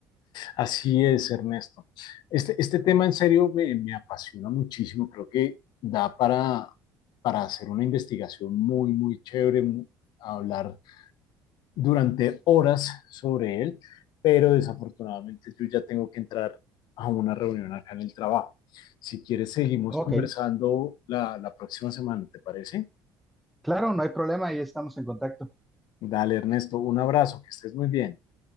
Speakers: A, on the left; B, in the centre.
A: Así es, Ernesto. Este, este tema en serio me, me apasiona muchísimo. Creo que da para, para hacer una investigación muy, muy chévere, mu- hablar durante horas sobre él, pero desafortunadamente yo ya tengo que entrar a una reunión acá en el trabajo. Si quieres, seguimos
B: Ok,
A: conversando la, la próxima semana, ¿te parece?
B: claro, no hay problema, ahí estamos en contacto.
A: Dale, Ernesto, un abrazo, que estés muy bien.